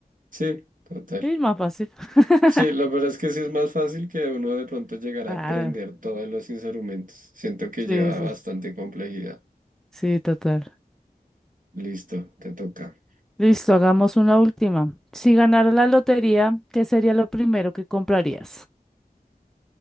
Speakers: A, on the right; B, in the centre.
A: sí, total.
B: y más fácil. <laughs>
A: Sí, lo verdad es que sí es más fácil que uno de pronto llegar
B: Claro.
A: a aprender todos los instrumentos. Siento que
B: Sí,
A: lleva
B: sí,
A: bastante complejidad.
B: sí, total.
A: Listo, te toca.
B: Listo, hagamos una última. Si ganara la lotería, ¿qué sería lo primero que comprarías?